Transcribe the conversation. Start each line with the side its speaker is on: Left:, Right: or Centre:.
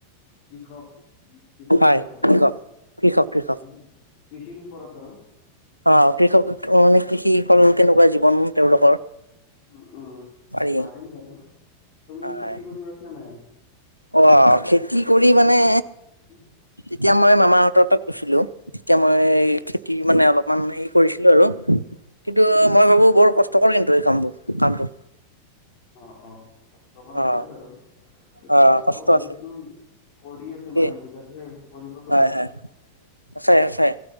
Left: কৃষক কৃষকৰ
Right: হয়
Left: ওপৰত।
Right: কৃষক কৃষক কৃষক
Left: কৃষিৰ ওপৰত আৰু।
Right: অ কৃষক মানে কৃষি হল কেনেকুৱা জীৱন তেওঁলোকৰ।
Left: উম উম
Right: পাৰি
Left: পাৰিম বাৰু তুমি
Right: হয়
Left: খেতি কৰি পাইছা নাই।
Right: অ খেতি কৰি মানে
Left: উম।
Right: তেতিয়া মই মামাহঁতত গৈছিলো, তেতিয়া মই খেতি মানে অলপমান হেৰি কৰিছিলো আৰু। কিন্তু মই ভাবো বৰ কষ্টকৰ কিন্তু এই কামবোৰ কামটো।
Left: অ অ কষ্টকৰ
Right: অ',
Left: আছে বাৰু। কিন্তু
Right: অ',
Left: কষ্ট কৰিলেতো
Right: আছে।
Left: কৰি আছে
Right: ঠিকেই
Left: মানুহ বিলাকে। কৰিবটো
Right: হয়,
Left: লাগিবই।
Right: হয়, সঁচাই সঁচাই